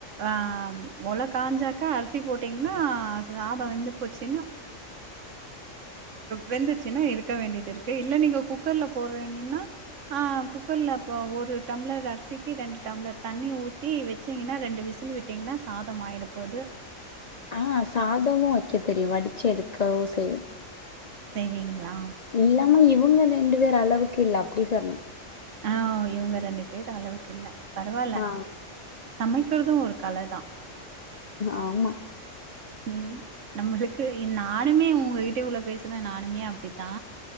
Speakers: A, on the right; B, on the left.
A: ஆ மொலக் காஞ்சாக்கா அரிசி போட்டீங்னா சாதோ வெந்து போச்சுனா வெந்துச்சின்னா இருக்க வேண்டியது இருக் தே இல்ல நீங்க குக்கர்ல போடுறீங்கன்னா ஆ குக்கர்ல அப்போ ஒரு டம்ளர் அரிசிக்கி ரெண்டு டம்ளர் தண்ணி ஊத்தி வெ ச்சிங்கன்னா ரெண்டு விசில் விட்டீங்னா சாதம் ஆயிட போது
B: ஆ சாதமு வக்க தெரியு வடிச்சு எடுக்கவு செய்வே
A: செய்வீங்ளா
B: இல்லாம இவுங்க ரெண்டு பேர் அளவுக்கு இல்ல அப்டி சொன்னே
A: ஆ இவுங்க ரெண்டு பேர் அளவுக்கு இல்ல பரவால
B: ஆ
A: சமைக்கிறது ஒரு கல தா
B: ஆமா
A: ம் நம்மளுக்கு இன் நானுமே உங்கக்கிட்ட இவ்ளோ பேசுறே நானுமே அப்டி தா